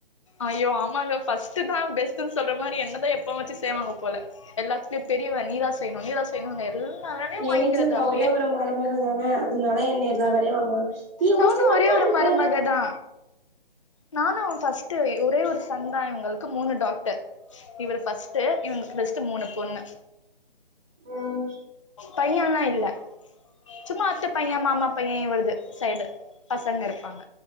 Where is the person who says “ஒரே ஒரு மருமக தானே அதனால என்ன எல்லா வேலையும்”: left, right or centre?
Right